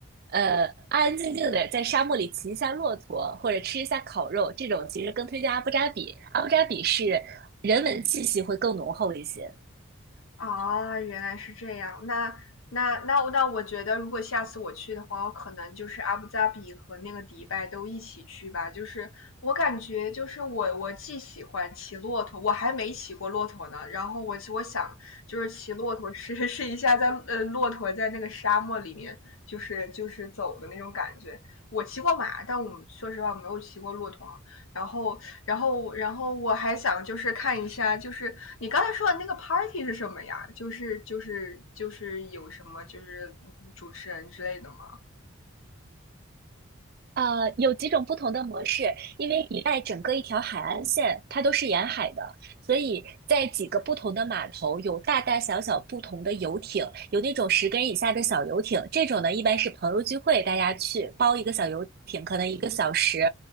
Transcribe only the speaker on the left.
啊，原来是这样。那那那那，我觉得如果下次我去的话，我可能就是阿布扎比和那个迪拜都一起去吧。就是我感觉，就是我我既喜欢骑骆驼，我还没骑过骆驼呢。然后我我想就是骑骆驼试 <laughs> 试一下在呃骆驼在那个沙漠里面就是就是走的那种感觉。我骑过马，但我说实话我没有骑过骆驼，然后，然后，然后我还想就是看一下，就是你刚才说的那个 party 是什么呀？就是就是就是有什么就是主持人之类的吗？